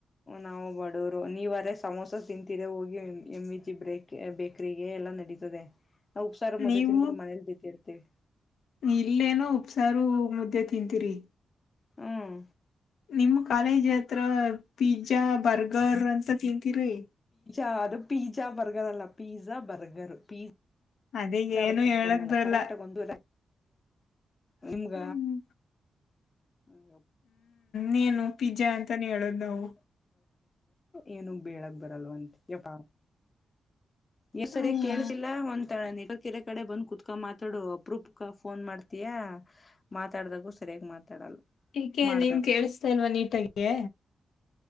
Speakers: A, on the left; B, on the left.
A: ನಾವು ಬಡೂರು ನೀವಾದ್ರೇ ಸಮೋಸ ತಿಂತೀರ ಹೋಗಿ ಎಂ ವಿ ಜಿ ಬ್ರೇ ಬೇಕ್ರಿಗೆ ಎಲ್ಲ ನಡೀತದೆ ನಾವು ಉಪ್ಸಾರ ಮೊದೆ
B: ನೀವು
A: ತಿಂದನ್ಬಿಟ್ಟ ಮನೇಲಿ ಜತಿ ಇರ್ತವಿ
B: ಇಲ್ಲೇನೋ ಉಪ್ಸಾರು ಮುದ್ದೆ ತಿಂತೀರಿ
A: ಹ್ಮ್
B: ನಿಮ್ಮ ಕಾಲೇಜ್ ಹತ್ರ ಪಿಜ್ಜಾ ಬರ್ಗರ್ ಅಂತ ತಿಂತೀರಿರಿ
A: ಾ ಅದು ಪೀಜಾ ಬರ್ಗರ್ ಅಲ್ಲ ಪೀಜಜಾ ಬರ್ಗರ್ ಪೀ
B: ಅದೇ
A: ಜಲ್ಲ
B: ಏನು ಹೇಳಕ್ ಬರಲ್ಲ
A: ಕರೆಕ್ಟ್ಗ ಒಂದುವ ನಿಮ್ಗ
B: ಹ್ಮ್
A: ಹಗೆ
B: ನೇನು ಪಿಜ್ಜಾ ಅಂತಾನ ಹೇಳದ ನಾವು
A: ಏನುಗ್ ಬೇೇಳಕ್ ಬರಲ್ವಂತ ಯಪ್ಪಾ ಏ ಸರಿ
B: ಹ್ಮ್
A: ಕೇಳ್ತಿಲ್ಲಾ ಒ ಕೆರೆ ಕಡೆ ಬಂದು ಕುೂತ್ಕ ಮಾತಾಡು ಅಪ್ರೂಪ್ ಫೋನ್ ಮಾಡ್ತೀಯಾ ಮಾತಾಡ್ದಾಗು ಸರಿ ೇಗ್ ಮಾತಾಡಲ್ಲ
B: ಈಕೆ
A: ಮಾಡ್ದಾಗು
B: ನೀನ್ ಕೇಳಸ್ತಾಲ್ವಾ ನೀಟಾಗ